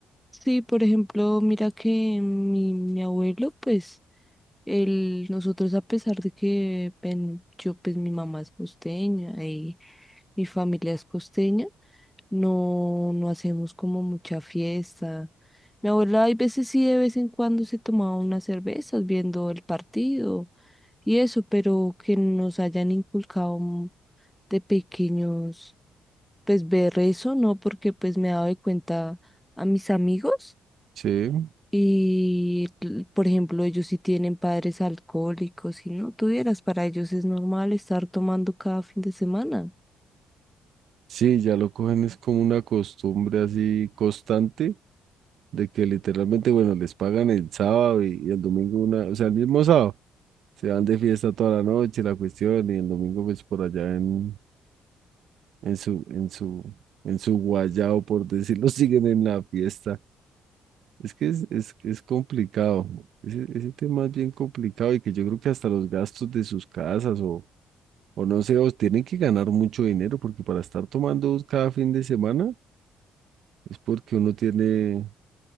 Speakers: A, in the centre; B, on the right (about 70°).
A: Sí, por ejemplo, mira que mi, mi abuelo, pues, él, nosotros a pesar de que ven- yo, pues mi mamá es costeña y mi familia es costeña, No, no hacemos como mucha fiesta. Mi abuela hay veces sí, de vez en cuando se tomaba unas cervezas viendo el partido y eso, pero que nos hayan inculcado mm, de pequeños, pues ver eso, ¿no? Porque pues me he dado de cuenta a mis amigos
B: Sí,
A: y, l- por ejemplo, ellos sí tienen padres alcohólicos y no tuvieras, para ellos es normal estar tomando cada fin de semana.
B: sí, ya lo cogen es como una costumbre así constante de que literalmente, bueno, les pagan el sábado y, y el domingo una, o sea, el mismo sábado, se van de fiesta toda la noche, la cuestión, y el domingo pues por allá en, en su, en su, en su guayao, por decirlo, <laughs> siguen en la fiesta. Es que es, es, es complicado, ese, ese tema es bien complicado y que yo creo que hasta los gastos de sus casas o, o no sé, o tienen que ganar mucho dinero porque para estar tomando cada fin de semana es porque uno tiene,